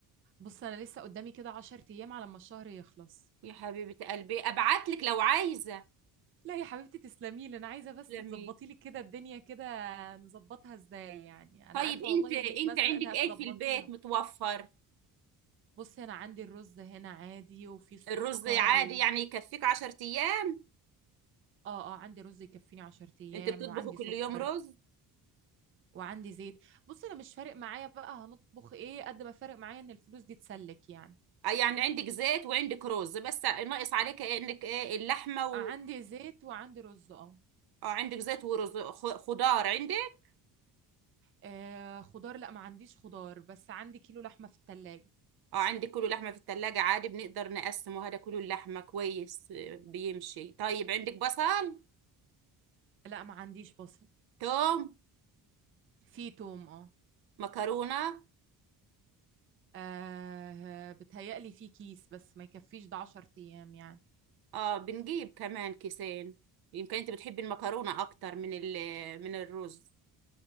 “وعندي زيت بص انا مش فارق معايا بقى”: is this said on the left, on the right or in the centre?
Right